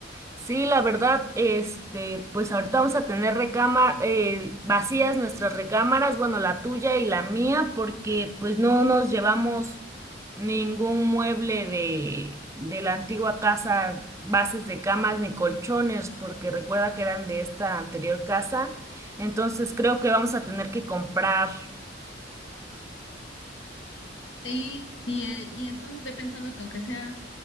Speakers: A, on the right; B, on the left.
A: Sí, la verdad, este, pues ahorita vamos a tener recámar eh, vacías nuestras recámaras, bueno, la tuya y la mía, porque pues no nos llevamos ningún mueble de, de la antigua casa, bases de camas ni colchones, porque recuerda que eran de esta anterior casa. Entonces creo que vamos a tener que comprar.
B: Sí, y, eh, y entonces estoy pensando que aunque sea,